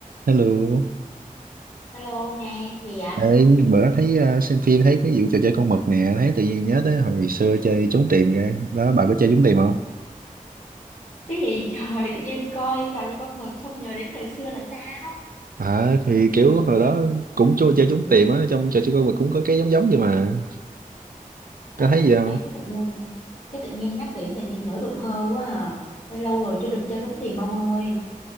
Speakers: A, on the right; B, on the left.
A: Hello,
B: Alo nghe gì vậy?
A: Ê, bữa thấy ờ, xem phim thấy cái vụ trò chơi con mực nè, thấy tự nhiên nhớ tới hồi ngày xưa chơi trốn tìm ra. Đó, bà có chơi trốn tìm không?
B: Cái gì <laughs> trời tự nhiên coi trò cho con mực xong nhớ đến thời xưa là sao?
A: À, thì kiểu hồi đó cũng chơi chơi trốn tìm á, trong trò chơi con mực cũng có cái giống giống vậy mà.
B: Ừ,
A: Có thấy gì không?
B: ê, cái tự nhiên cái tự nhiên nhắc đến tự nhiên nhớ tuổi thơ quá à. Ê, Lâu rồi chưa được chơi trúng tìm ông ơi.